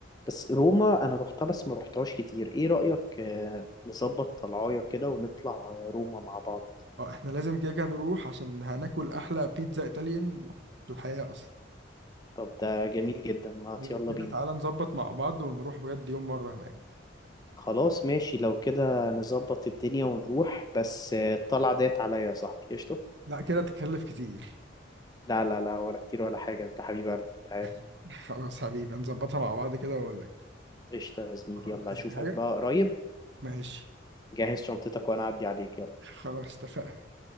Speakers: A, on the left; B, on the right.
A: بس روما أنا روحتها بس ما روحتهاش كتير إيه رأيك آه، نظبط طلعاية كده ونطلع آه، روما مع بعض
B: اه احنا لازم كده كده نروح عشان هناكل احلى بيتزا ايطاليان في الحياه اصلا
A: طب ده جميل جدا ما
B: لو
A: يلا
B: كده
A: بينا
B: تعالى نظبط مع بعض ونروح بجد يوم مره هناك
A: خلاص ماشي لو كده نظبط الدنيا ونروح بس آه، الطلعة ديت عليا يا صاحبي قشطة
B: لا كده تكلف كتير
A: لا لا لا ولا كتير ولا حاجة أنت حبيب قلبي أنت عارف
B: <laughs> خلاص حبيبي نظبطها مع بعض كده واقول لك
A: قشطة يا زميلي
B: خلاص
A: يلا
B: عايز
A: أشوفك
B: أي حاجه
A: بقى قريب
B: ماشي
A: جهز شنطتك وانا اعدي عليك يلا
B: خلاص اتفقنا